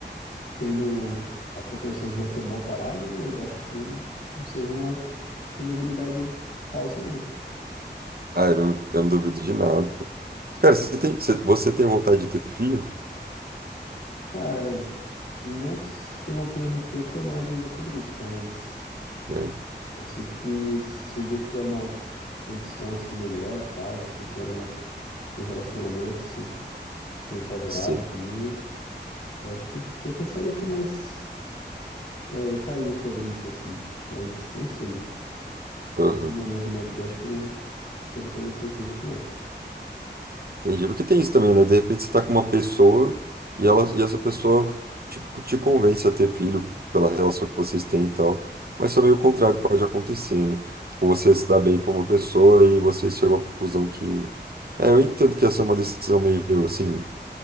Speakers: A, on the left (about 65°); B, on the right (about 55°).
A: tendo a proporção que já tomou a parada, né? Eu acho que não, não seja uma probabilidade falsa, não.
B: Ah, eu, não eu não duvido de nada, cara. Cara, você tem, você, você tem vontade de ter filho?
A: Cara, não s- tenho uma opinião muito bem formada ainda sobre isso, mas
B: É,
A: eu sinto que se um dia eu tiver uma condição assim melhor, tal, assim, tiver um, um relacionamento assim que seja favorável
B: sei.
A: também, eu acho que, que eu pensaria com mais é, carinho sobre isso, assim, mas não sei.
B: Aham.
A: Nesse momento da minha vida, eu acho que não, absolutamente certeza que não.
B: Entendi. Porque tem isso também, né? De repente você tá com uma pessoa e, ela, e essa pessoa, tipo, te convence a ter filho pela relação que vocês têm e tal. Mas também o contrário pode acontecer, né? Tipo, você se dá bem com uma pessoa e você chegou à conclusão que... É, eu entendo que essa é uma decisão meio, assim,